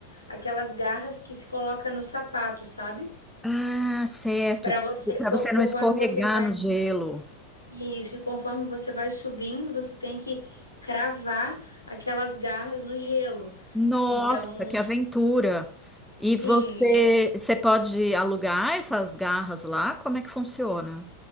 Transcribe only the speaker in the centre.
Ah, certo.
Para
você
não escorregar
no gelo.
Nossa,
que aventura! E você,
você pode alugar essas garras lá? Como é que funciona?